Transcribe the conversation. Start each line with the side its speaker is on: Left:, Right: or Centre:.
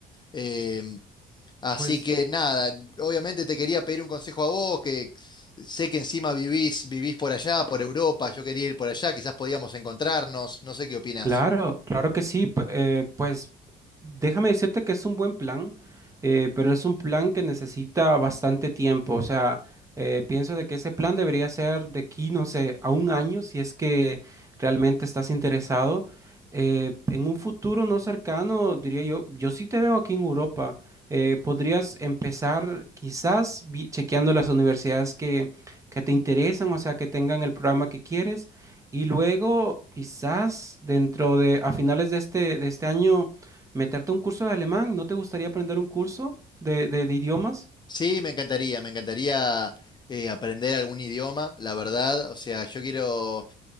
Left: Em, Así
Right: Pues
Left: que nada, obviamente te quería pedir un consejo a vos, que sé que encima vivís, vivís por allá, por Europa, yo quería ir por allá, quizás podíamos encontrarnos, no sé qué opinás.
Right: Claro, claro que sí. p- eh, pues déjame decirte que es un buen plan, eh, pero es un plan que necesita bastante tiempo. O sea, eh, pienso de que ese plan debería ser de aquí, no sé, a un año, si es que realmente estás interesado. Eh, en un futuro no cercano, diría yo, yo sí te veo aquí en Europa. Eh, podrías empezar quizás vi- chequeando las universidades que, que te interesan, o sea, que tengan el programa que quieres. Y luego, quizás dentro de, a finales de este, de este año, meterte a un curso de alemán. ¿No te gustaría aprender un curso de, de, de idiomas?
Left: Sí, me encantaría, me encantaría eh, aprender algún idioma, la verdad, o sea, yo quiero